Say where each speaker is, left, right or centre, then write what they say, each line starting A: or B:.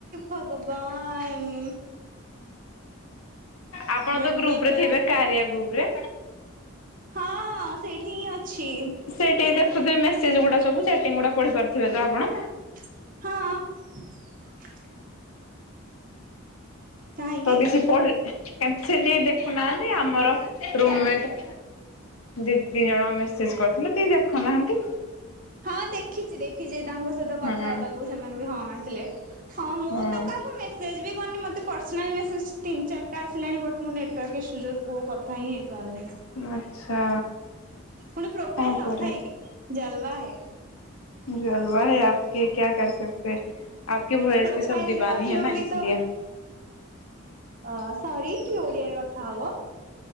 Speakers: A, on the right; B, on the left.
A: ଭଗବାନ
B: ଆପଣ
A: ବଟ୍
B: ତ ଗ୍ରୁପ
A: ନେଟୱାର୍କ
B: ରେ ଥିବେ କାରିଆ ଗ୍ରୁପ ରେ?
A: ହଁ ହଁ ସେଇଠି ହିଁ ଅଛି।
B: ସେଇଠିକି ଦେଖୁଥିବେ ମେସେଜ ଗୁଡା ସବୁ ଚାଟିଙ୍ଗ ଗୁଡା ପଢି ପାରୁଥିବେ ତ ଆପଣ?
A: ହଁ। କାହିଁକି
B: ତ କିଛି ପ କେମ ଯ ଦେଖୁନାହାନ୍ତି ଆମର ରୁମମେଣ୍ଟ ଦିଦି ଜଣ ମେସେଜ କରିଥିଲେ କିଏ ଦେଖୁନାହାନ୍ତି
A: ହଁ ଦେଖିଛି ଦେଖିଛି ତାଙ୍କ ସ କଥା
B: ହୁଁ
A: ହେବାକୁ ସେମାନେ ବି ହଁ ମାରିଥିଲେ ହଁ ମୁଁ
B: ହୁଁ
A: ତ କାହାକୁ ମେସେଜ୍ ବି କରିନି ମୋତେ ପସନାଲ୍ ମେସେଜ୍ ତିନି ଚାରିଟା ଆସିଲାଣି ବଟ୍ ମୋ ନେଟୱାର୍କ ଇସୁ ଯୋଗୁଁ କଥା ହିଁ ହେଇପାରୁନି।
B: ଆଚ୍ଛା।
A: ପୁଣି ପ୍ରୋଫାଇଲ
B: କଣ
A: ନଥାଇ
B: କରେ
A: କିି ଜଲବା ହେ
B: ଜଲବା ହେ ଆପକି କ୍ୟା କର ସକତେ ଆପକି ଭଏସ
A: ପ୍ରୋଫାଇଲ
B: କି ସବ ଦିବାନୀ
A: ରଖ
B: ହେନା
A: ଲୁଙ୍ଗି
B: ଇସଲିଏ।
A: ଅ ସରି ଟିକେ ଓଡିଆରେ କଥା ହବା